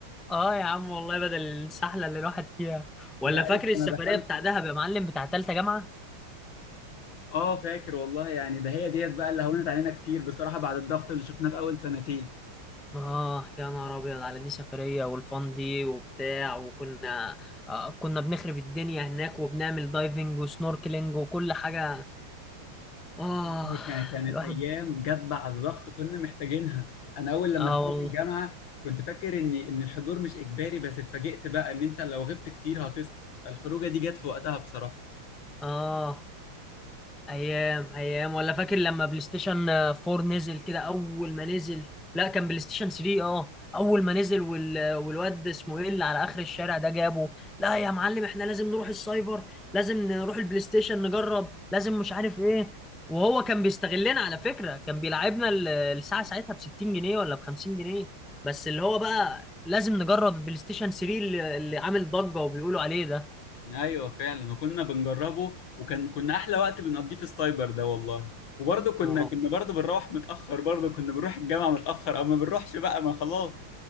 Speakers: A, in the centre; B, on the left.
A: اه يا عم والله بدل السحلة اللي الواحد فيها ولا
B: أنت عارف
A: فاكر السفرية
B: أنا دخلت
A: بتاع دهب يا معلم بتاع تالتة جامعة
B: اه فاكر والله يعني ده هي ديت بقى اللي هونت علينا كتير بصراحة بعد الضغط اللي شفناه في أول سنتين
A: آه يا نهار أبيض على دي سفرية والفان دي وبتاع وكنا آه كنا بنخرب الدنيا هناك وبنعمل دايفنج وسنوركلينج وكل حاجة آه
B: هي كان- كانت
A: الواحد
B: أيام جت بعد الضغط كنا محتاجينها أنا أول لما
A: آه
B: دخلت
A: والله
B: الجامعة كنت فاكر إن إن الحضور مش إجباري بس اتفاجئت بقى إن أنت لو غبت كتير هتسقط فالخروجة دي جت في وقتها بصراحة
A: آه ايام ايام ولا فاكر لما بلاي ستيشن 4 نزل كده اول ما نزل لا كان بلاي ستيشن 3 اه اول ما نزل وال... والواد اسمه ايه اللي على اخر الشارع ده جابه لا يا معلم احنا لازم نروح السايبر لازم نروح البلاي ستيشن نجرب لازم مش عارف ايه وهو كان بيستغلنا على فكرة كان بيلعبنا ال- الساعة ساعتها ب 60 جنيه ولا ب 50 جنيه بس اللي هو بقى لازم نجرب البلاي ستيشن 3 اللي, اللي عامل ضجة وبيقولوا عليه ده
B: ايوه فعلا وكنا بنجربه وكان كنا احلى وقت بنقضيه في السايبر ده والله وبرضه كنا
A: آه.
B: كنا برضه بنروح متاخر برضه كنا بنروح الجامعه متاخر او ما بنروحش بقى ما خلاص